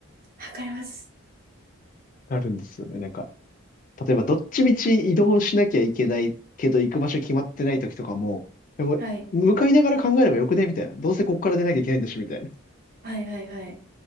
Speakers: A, on the right; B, on the left.
A: わかります。
B: なるんですよね、なんか。例えばどっちみち移動しなきゃいけないけど行く場所決まってない時とかも、でも向かいながら考えればよくねみたいな。
A: はい。
B: どうせここから出なきゃいけないんだし、みたいな。
A: はいはいはい。